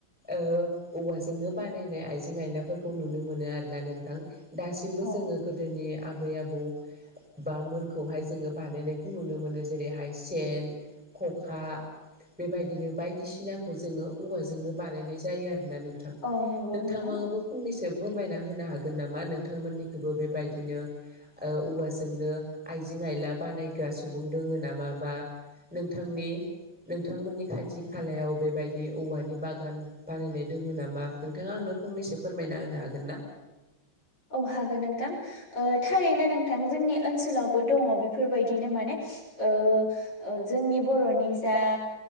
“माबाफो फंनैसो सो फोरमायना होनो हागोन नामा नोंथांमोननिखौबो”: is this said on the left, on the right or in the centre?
Centre